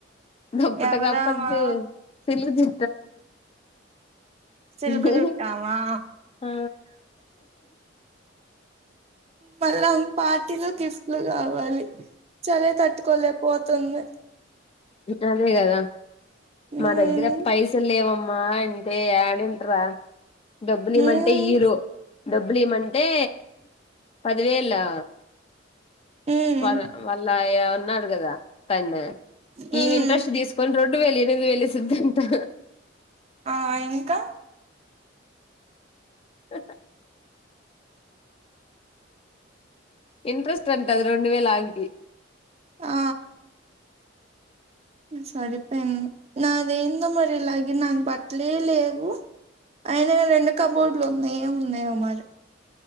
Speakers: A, on the left; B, on the right.
A: దుప్పటి
B: ఎవరామా
A: కప్పిద్ది సిల్లుది
B: సిల్క్
A: <inaudible>
B: జుట్టామా
A: ఆ
B: మళ్ళా పార్టీలు గిఫ్టులు గావాలి చలి తట్టుకోలేపోతుంది
A: గిట్టనే గదా
B: మ్మ్
A: మా దగ్గర పైసలు లేవమ్మా మా అంటే ఏడుంటరా డబ్బులు
B: మ్మ్
A: ఇయ్యమంటే ఇయ్యరు డబ్బులు ఇయ్యమంటే పదివేలా
B: మ్మ్
A: వాళ్ళ వాళ్ళ ఉన్నాడు గదా తనే
B: మ్మ్
A: ఈమె ఇంట్రెస్ట్ దీసుకొని రెండు వేలు ఎనిమిది వేలు ఇస్తదంటా
B: ఆ ఇంకా
A: <inaudible> ఇంట్రెస్ట్ అంటది రెండు వేల ఆంగికి
B: ఆ సరిపోయింది నాది ఏందో మరి ఇలాగే నాకు బట్టలే లేవు అయిన రెండు కబోర్డులు ఉన్నాయో ఉన్నాయో మరి